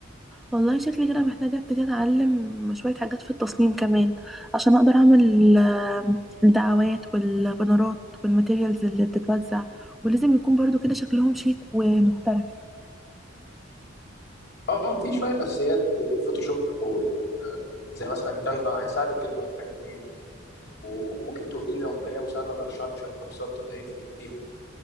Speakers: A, in the centre; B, on the left.
A: والله شكلي كده محتاجه ابتدي اتعلم شويه حاجات في التصميم كمان عشان اقدر اعمل آه، الدعوات والبنرات والماتيريالز اللي بتتوزع ولازم يكون برضو كده شكلهم شيك ومحترف
B: اه في شويه اساسيات الفوتوشوب وال... زي مثلا كانفا هيساعدك جدا في الحاجات دي وممكن تقولي لي لو محتاجه مساعده انا ارشح لك شويه كورسات تبداي فيه- فيهم